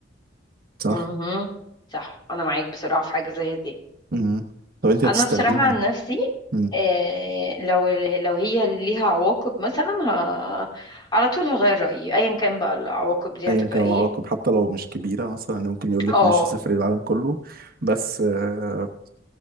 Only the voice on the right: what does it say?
صح؟
مم. طب انت هتستخدمي
مم.
ايا
كان
العواقب حتى لو مش كبيرة مثلا يعني ممكن يقول لك
ماشي سافري العالم كله بس آه،